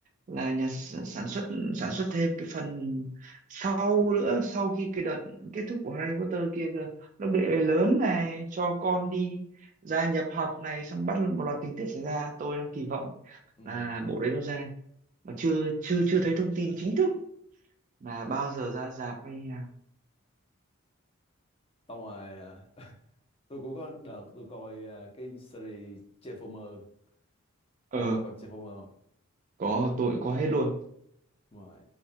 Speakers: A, on the right; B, on the left.
A: là nhà s- sản xuất sản xuất thêm cái phần sau nữa sau khi cái đợt kết thúc của Harry Potter kia cơ lúc đệ lớn này cho con đi gia nhập học này xong bắt một loạt tình tiết xảy ra tôi đang kỳ vọng
B: Ừ.
A: là bộ đấy nó ra mà chưa chưa chưa thấy thông tin chính thức là bao giờ ra rạp hay như nào
B: xong rồi ờ, tôi cũng có đợt tôi coi à, cái series Transformer
A: ờ
B: ông có coi Transformer không
A: có tôi có hết
B: Ừ,
A: luôn
B: đúng rồi